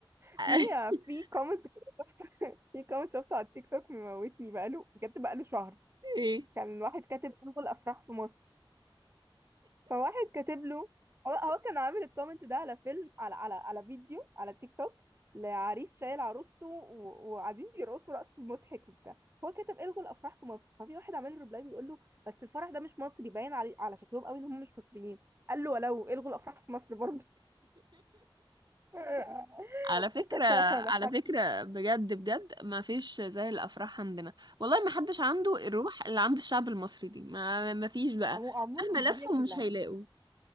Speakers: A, on the right; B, on the right.
A: <laughs>
B: في في كومنت كده شفته <laughs> في كومنت شفته على التيك توك مموتني بقاله بجد بقاله شهر
A: ايه
B: كان واحد كاتب انغل افراح في مصر فواحد كاتب له هو هو كان عامل الكومنت ده على فيلم على على على فيديو على تيك توك لعريس شايل عروسته و- وقاعدين بيرقصوا رقص مضحك وبتاع هو كاتب الغوا الافراح في مصر ففي واحد عامل له ريبلاي بيقول له بس الفرح ده مش مصري باين علي على شكلهم قوي ان هم مش مصريين قال له ولو الغوا الافراح في مصر برضه <laughs>
A: على فكرة
B: انا
A: على
B: حاجة-
A: فكرة بجد بجد ما فيش زي الأفراح عندنا والله ما حدش عنده الروح اللي عند الشعب المصري دي ما ما فيش بقى
B: عمو- عموما
A: مهما
B: في الدنيا
A: لفوا
B: كلها
A: مش هيلاقوا